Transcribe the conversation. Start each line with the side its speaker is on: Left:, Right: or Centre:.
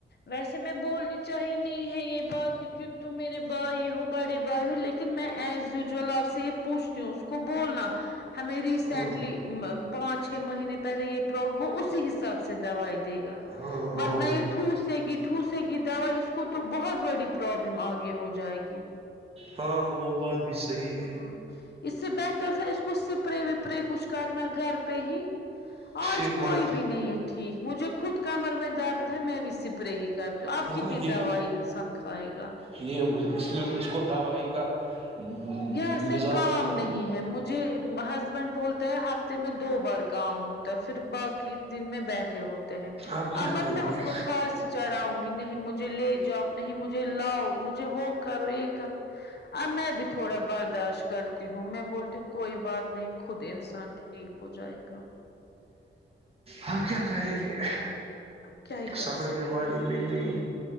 Left: ویسے میں بولنی چاہیے نہیں ہے یہ بات کی ت میرے بھائی ہو بڑے بھائی ہو لیکن ن میں ایز یوزل آپ سے یہ پوچھتی ہوں اس کو بولنا ہمیں ریسینٹلی
Right: ہاں
Left: پانچ چھ مہینے پہلے یہ وہ اسی حساب سے دوائی دے گا
Right: ہاں ہاں
Left: ورنہ
Right: وہی
Left: ٹھوسے گی ٹوسے گی دوا اس کو تو بہت بڑی پروابلم آگے ہو جائے گی
Right: ہاں وہ بات بھی صحیح ہے
Left: ہاں اس سے بہتر تھا اس کو سپرے اپے کچھ کرنا گھر پہ ہی آج
Right: یہ
Left: کوئی
Right: مان
Left: بھی نہیں ہے ٹھیک مجھے خود کمر میں درد میں بھی سپرے ہی کرتی ہوں اب
Right: ہاں
Left: کتنی
Right: یہ
Left: دوائی انسان کھائے گا
Right: یہ اس میں اس کو دوائی کا مزاج
Left: یہاں سے کام
Right: ہے نا
Left: نہیں ہے مجھ جی ہسبینڈ بولتے ہیں ہفتے میں دو بار کام ہوتا ہے پھر باقی دن میں بیٹھے ہوتے ہیں
Right: آپ کیا
Left: اب مت
Right: کریں
Left: میں
Right: گے
Left: اس کو پھاس سے چڑھاؤں گی نہیں مجھے لے جاؤ نہیں مجھے لاؤ مجھے وہ کرو یہ کرو اب میں بھی تھوڑا بہت برداشت کرتی ہوں میں بولتی ہوں کوئی بات نہیں خود انسان ٹھیک ہو جائے گا
Right: ہم کیا کریں گے
Left: کیا ہی کر
Right: سمجھنے
Left: سکتے
Right: والی میں نے